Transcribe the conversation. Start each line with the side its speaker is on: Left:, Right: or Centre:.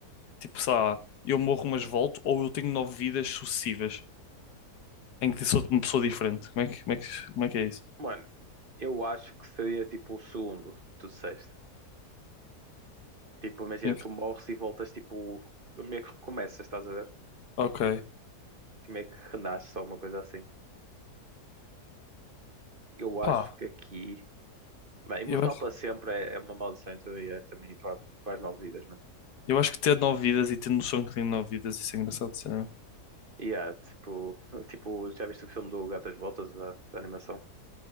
Left: tipo, sei lá, eu morro mas volto, ou eu tenho nove vidas sucessivas, em que sou uma pessoa diferente. Como é que, como é que, como é que é isso?
Right: Mano, eu acho que seria tipo o segundo, que tu disseste. Tipo, imagina,
Left: Em que-
Right: tu morres e voltas tipo. Meio que recomeças, estás a ver?
Left: Ok,
Right: Tipo, meio que renasces, alguma coisa assim. Eu acho
Left: pá,
Right: que aqui. Bem, imortal
Left: eu acho,
Right: para sempre é, é uma maldição, então é também para, para as nove vidas, mano.
Left: eu acho que ter nove vidas e ter noção que tenho nove vidas, isso é engraçado, sinceramente.
Right: E é tipo, <laughs> tipo, já viste o filme do Gato às Botas, da, da animação?